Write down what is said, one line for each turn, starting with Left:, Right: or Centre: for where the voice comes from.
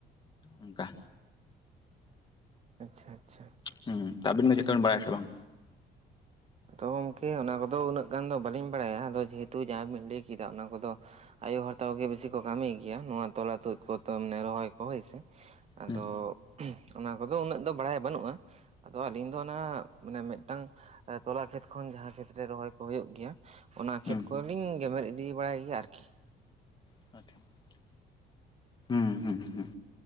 Left: ᱚᱱᱠᱟ
Right: ᱟᱪᱪᱷᱟ ᱟᱪᱪᱷᱟ
Left: ᱦᱩᱸ ᱛᱟ ᱟᱵᱤᱱ ᱜᱮ ᱪᱮᱜᱠᱟ ᱵᱤᱱ ᱵᱟᱲᱟᱭᱟ ᱥᱮ ᱵᱟᱝ
Right: ᱟᱫᱚ ᱜᱚᱝᱠᱮ ᱚᱱᱟ ᱠᱚᱫᱚ ᱩᱱᱟᱹᱜ ᱜᱟᱱ ᱫᱚ ᱵᱟᱟᱹᱞᱤᱧ ᱵᱟᱲᱟᱭᱟ ᱟᱫᱚ ᱡᱮᱦᱮᱛᱩ ᱡᱟᱦᱟᱸ ᱵᱤᱱ ᱞᱟᱹᱭ ᱠᱮᱫᱟ ᱚᱱᱟ ᱠᱚᱫᱚ᱾ ᱟᱭᱳ ᱦᱚᱲ ᱛᱟᱠᱚ ᱜᱮ ᱵᱤᱥᱤ ᱠᱚ ᱠᱟᱹᱢᱤ ᱜᱮᱭᱟ ᱱᱚᱣᱟ ᱛᱚᱞᱟ ᱛᱩᱫ ᱠᱚ ᱢᱟᱱᱮ ᱨᱚᱦᱚᱭ ᱠᱚ ᱦᱳᱭ ᱥᱮ ᱟᱫᱚ
Left: ᱦᱩᱸ
Right: ᱚᱱᱟ ᱠᱚᱫᱚ ᱩᱱᱟᱹᱜ ᱫᱚ ᱵᱟᱲᱟᱭ ᱵᱟᱹᱱᱩᱜᱼᱟ ᱟᱫᱚ ᱟᱞᱤᱧ ᱫᱚ᱾ ᱚᱱᱟ ᱢᱟᱱᱮ ᱢᱤᱜᱴᱟᱝ ᱛᱚᱞᱟ ᱠᱷᱮᱛ ᱠᱷᱚᱱ ᱡᱟᱦᱟᱸ ᱠᱷᱮᱛᱨᱮ ᱨᱚᱦᱚᱭ ᱠᱚ ᱦᱳᱭᱳᱜ ᱜᱮᱭᱟ᱾ ᱚᱱᱟ ᱠᱷᱮᱛ
Left: ᱦᱩᱸ
Right: ᱠᱚᱨᱮᱞᱤᱧ ᱜᱮᱢᱮᱨ ᱤᱫᱤ ᱵᱟᱲᱟᱭ ᱜᱮᱭᱟ ᱟᱨᱠᱤ᱾
Left: <inaudible> ᱦᱩᱸ ᱦᱩᱸ ᱦᱩᱸ᱾